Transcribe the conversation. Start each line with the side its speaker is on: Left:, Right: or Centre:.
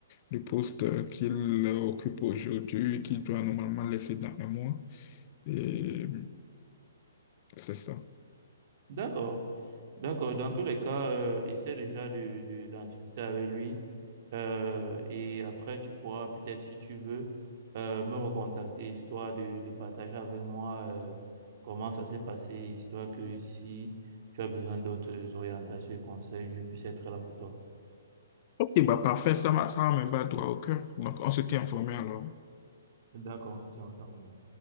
Left: le poste qu'il occupe aujourd'hui, qu'il doit normalement laisser dans un mois. Et c'est ça.
Right: D'accord. D'accord. Dans tous les cas, euh, essaie déjà de, de- d'en discuter avec lui. Euh, et après, tu pourras peut-être, si tu veux, euh, me recontacter, histoire de, de partager avec moi euh, comment ça s'est passé, histoire que si tu as besoin d'autres orientations et conseils, je puisse être là pour toi.
Left: Ok, bah parfait, ça va, ça me va droit au cœur. Donc, on se tient informé alors.
Right: D'accord, on se tient informé.